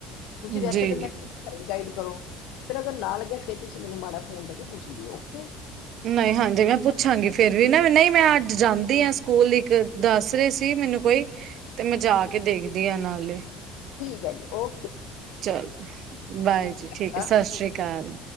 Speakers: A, on the left; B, on the right.
A: ਤੁਸੀਂ ਵੈਸੇ
B: ਜੀ
A: ਤੇ
B: ਜੀ।
A: ਮੈਂ ਗਾਈਡ ਕਰੋ ਫੇਰ ਅਗਰ ਨਾਲ ਲੱਗਿਆ ਫੇਰ ਤੁਸੀਂ ਮੈਨੂੰ ਮਾੜਾ ਫੋਨ ਕਰ ਕੇ ਪੁੱਛ ਲਿਓ ਓਕੇ।
B: ਨਈ ਹਾਂਜੀ ਮੈਂ ਪੁੱਛਾਂਗੀ ਫੇਰ ਵੀ ਨਾ ਨਈ ਮੈਂ ਅੱਜ ਜਾਂਦੀ ਆ ਸਕੂਲ ਇੱਕ ਦੱਸ ਰੇ ਸੀ ਮੈਨੂੰ ਕੋਈ ਤੇ ਮੈਂ ਜਾ ਕੇ ਦੇਖਦੀ ਆ ਨਾਲੇ।
A: ਠੀਕ ਐ ਜੀ ਓ
B: ਚਲੋ ਬਾਏ ਜੀ ਠੀਕ
A: ਅਕਾਲ
B: ਐ ਸਸ ਸ੍ਰੀ ਕਾਲ।